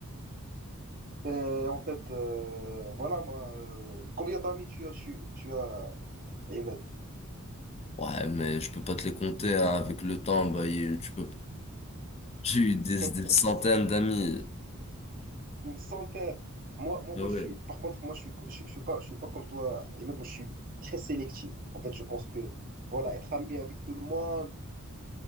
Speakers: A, on the right; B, on the left.
A: Et en fait, euh, voilà, moi, euh, combien d'amis tu as, tu, tu as, Ahmed?
B: Ouais, mais je peux pas te les compter, hein. Avec le temps, bah, il- tu peux, j'ai eu des,
A: <laughs>
B: des centaines d'amis.
A: Une centaine. Moi, moi,
B: Ah
A: moi,
B: ouais.
A: je suis, par contre, moi, je suis, je, je suis pas, je suis pas comme toi, Ahmed, moi, je suis très sélectif. En fait, je pense que, voilà, être ami avec tout le monde,